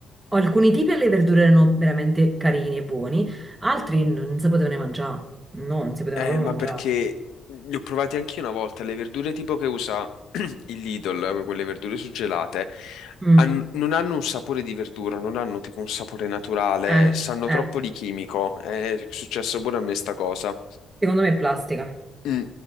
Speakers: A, on the right (about 20°); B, on the left (about 80°).
A: Alcuni tipi alle verdure erano veramente carini e buoni, altri non si potevano mangiare. No, non si potevano
B: Eh,
A: proprio
B: ma
A: mangiare.
B: perché li ho provati anch'io una volta, le verdure tipo che usa <clears throat> il Lidl, quelle verdure suggelate,
A: Mm,
B: han- non hanno un sapore di verdura, non hanno tipo un sapore naturale,
A: eh,
B: sanno
A: eh.
B: troppo di chimico, è successo pure a me sta cosa.
A: Secondo me è plastica.
B: Mm.